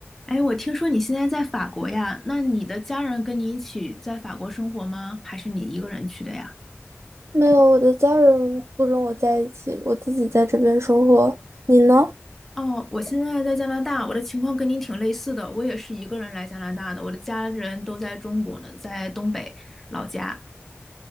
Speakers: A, in the centre; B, on the right.
A: 哎，我听说你现在在法国呀，那你的家人跟你一起在法国生活吗？还是你一个人去的呀？
B: 没有，我的家人不跟我在一起，我自己在这边生活。你呢？
A: 哦，我现在在加拿大，我的情况跟你挺类似的，我也是一个人来加拿大的，我的家人都在中国呢，在东北老家。